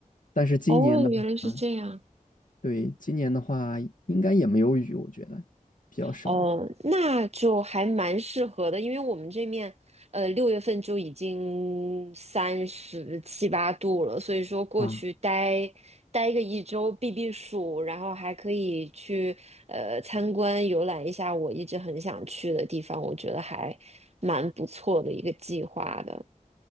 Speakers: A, on the left; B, on the right.
A: 但是今年的话，
B: 哦，原来是这样。
A: 对，今年的话应该也没有雨，我觉得比较少吧。
B: 哦，那就还蛮适合的，因为我们这面，呃，六月份就已经三十七八度了，所以说过去待待个一周避避暑，
A: 哇，
B: 然后还可以去呃参观游览一下我一直很想去的地方，我觉得还蛮不错的一个计划的。